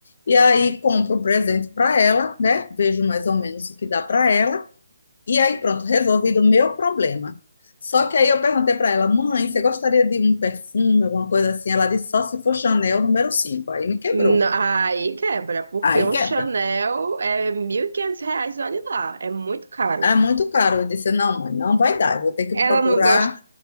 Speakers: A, on the left; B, on the right.
A: e aí compro um presente para ela, né? Vejo mais ou menos o que dá para ela. E aí, pronto, resolvido o meu problema. Só que aí eu perguntei para ela, mãe, você gostaria de um perfume, alguma coisa assim? Ela disse, só se for Chanel número cinco. Aí me quebrou.
B: Na- Aí quebra, porque
A: Aí
B: um
A: quebra.
B: Chanel é 1.500 reais, olha lá, é muito caro.
A: É muito caro. Eu disse, não, mãe, não vai dar. Eu vou ter que
B: Ela
A: procurar
B: não gosta